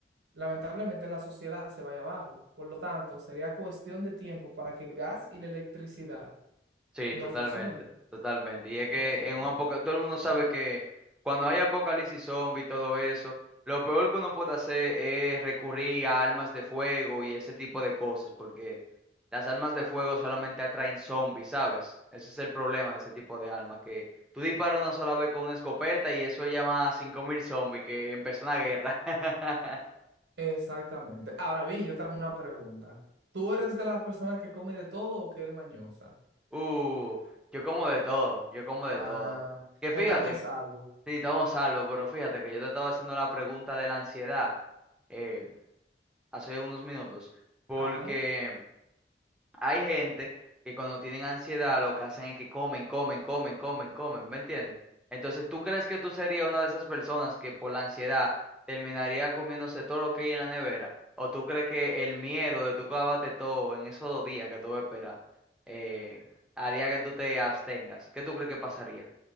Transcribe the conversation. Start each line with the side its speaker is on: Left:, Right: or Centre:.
Right: lamentablemente la sociedad se vaya abajo. Por lo tanto, sería cuestión de tiempo para que el gas y la electricidad
Centre: Sí,
Right: no
Centre: totalmente,
Right: funcionen.
Centre: totalmente. Y es que
Right: Entonces,
Centre: en un apocalipsis, todo el mundo sabe que cuando hay apocalipsis zombie y todo eso, lo peor que uno puede hacer es recurrir a armas de fuego y ese tipo de cosas, porque las armas de fuego solamente atraen zombies, ¿sabes? Ese es el problema de ese tipo de armas, que tú disparas una sola vez con una escopeta y eso llama a 5.000 zombies, que empezó una guerra. <laughs>
Right: exactamente. Ahora bien, yo te hago una pregunta. ¿Tú eres de las personas que come de todo o que eres mañosa?
Centre: Uh, yo como de todo, yo como de
Right: Ah,
Centre: todo. Que
Right: potamos
Centre: fíjate.
Right: algo.
Centre: Sí, estamos salvos, pero fíjate que yo te estaba haciendo la pregunta de la ansiedad eh, hace unos minutos, porque
Right: ajá
Centre: hay gente que cuando tienen ansiedad lo que hacen es que comen, comen, comen, comen, comen, ¿me entiendes? Entonces, ¿tú crees que tú serías una de esas personas que por la ansiedad terminaría comiéndose todo lo que hay en la nevera? ¿O tú crees que el miedo de tú clavarte todo en esos dos días que tú esperas eh, haría que tú te abstengas? ¿Qué tú crees que pasaría?